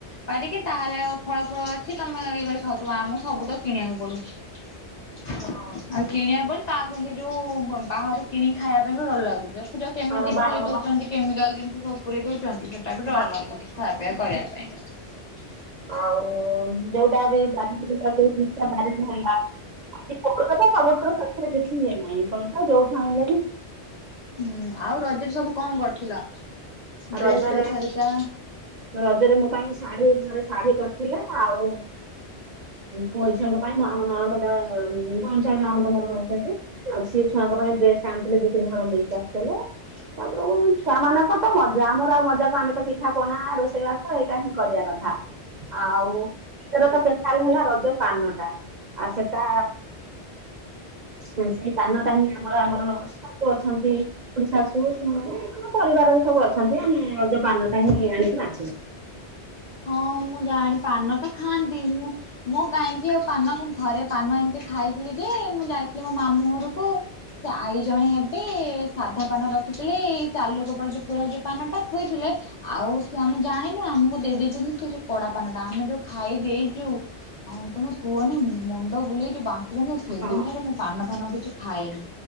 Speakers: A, on the left; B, on the right.
A: ପାରିକି ତାହେଲେ ଆଉ ଫଳ ଫଳ ଅଛି ତମେ ଇଏ କରି ଖାଉଥିବ ଆମକୁ ସବୁ ତ କିଣିବାକୁ ପଡୁଛି। ଆଉ କିଣିବା ପରେ ତା ସେ ଯୋଉ ବାହାରୁ କିଣିକି ଖାଇବା ପାଇଁ ବି ଡର ଲାଗୁଛି। ଦେଖୁଛ କେମିତି
B: ଆମ ବା
A: ପରେଇ ଦଉଛନ୍ତି କେମିକାଲ ଜିନିସ ସବୁୁ ପୁରେଇ ଦଉ ଛନ୍ତି ସେଟା ବି ଡର
B: ବା
A: ଲାଗୁଛି ଖାଇବା ପିଇବା କରିବା ପାଇଁକା।
B: ଆଉ ଯୋଉଟା ବାରି <unintelligible> ସେଥିରେ କିଛି ଇଏ ନାହିଁ ଯୋଉଟା ଯୋଉଠୁ ଆଇଁଲେବି।
A: ହୁଁ ଆଉ ରଜ ରେ ସବୁ କଣ କରିଥିଲ। ଡ୍ରେସ
B: ରଜରେ
A: ଫ୍ରେସ୍ ହରିକା?
B: ରଜରେ ମୋ ପାଇଁ ଶାଢୀ କରେ ଶାଢୀ କ ରିଥିଲେ ଆଉ ପୁଅ ଝିଅଙ୍କ ପାଇଁ ଆମ ନଣନ୍ଦ ତା ଭୋନଶର ନଣନ୍ଦ। ଙ୍କର ଦଉଛନ୍ତି। ଆଉ ସିଏ ଛୁଆଙ୍କ ପାଇଁ ଡ୍ରେସ ଆଣିଥିଲେ ଦିଇ ତିନି ହଳ ନେଇକି ଆସିଥିଲେ ତାପରୁକୁ ଛୁଆ ମାନଙ୍କର। ର ତ ମଜା ଆମର ଆଉ ମଜାକୁ ଆମେ ତ ପିଠା ପଣା ରୋଷେଇବାସ ଏଇଟା ହିଁ କରିବା କଥା। ଆଉ ରଜ ରେ ତ ତାଲ ହେଲା ରଜ ପାାନ ଟା ଆଉ ସେଟା
A: ହ
B: ସେଇ ତାନଟା ହିଁ ଆମର ଆମର ଶାଶୁ ଅଛନ୍ତି କ ଶାଶୁେ ଆମ ପରିବାର ସବୁ ଅଛନ୍ତି ଆମେ ରଜ ପାନ ଟା ହିଁ ଆଣିକି ବାଣ୍ଟୁ।
A: ହଁ ମୁଁ ଜାଣ ପାନ ତ ଖାଆନ୍ତି ମୁଁ ମୁଁ କାହିଁକି ଆଉ ପାନ ଥରେ ପାନ ଏମିତି ଖାଇଥିଲି ଯେ ମୁଁ ଯାଇଥିଲି ମୋ ମାମୁଁ ଘରକୁ ସେ ଆଈ ଜଣେ ହେବେ ସାଧା ପାନ ରଖିଥିଲେ ଏଇ ଚାଲୁଗୋପାଳ ଉପର ଯ ପୁରା ଯୋଉ ପାନ ଟା ଥୋଇଥିଲେ। ଆଉ ସେ ଆମେ ଜାଣିନୁ ଆମକୁ ଦେଇ ଦେଇେଇଚନ୍ତି ସେ କଡା ପାନ ଟା ଆମେ ଯୋଉ ଖାଇ ଦେଇେଚୁ। ହଉ ତମେ କୁହନି ମୁଣ୍ଡ ବୁଲେଇ ଯୋଉ ବା ସେଦିନ
B: ହଁ
A: ଠାରୁ ମୁଁ ପାନ ଫାନ କିଛି ଖାଏନି